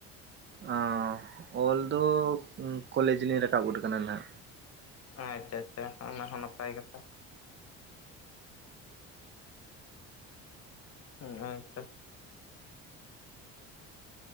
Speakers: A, on the right; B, on the left.
A: ᱚᱸ ᱚᱞ ᱫᱚ ᱠᱚᱞᱮᱡᱽ ᱞᱤᱧ ᱨᱟᱠᱟᱵ ᱜᱚᱫ ᱟᱠᱟᱱᱟ ᱱᱟᱜ
B: ᱟᱪᱪᱷᱟ ᱟᱪᱪᱷᱟ ᱚᱱᱟ ᱦᱚᱸ ᱱᱟᱯᱟᱭ ᱠᱟᱛᱷᱟ ᱦᱩᱸ ᱦᱳᱭ ᱛᱚ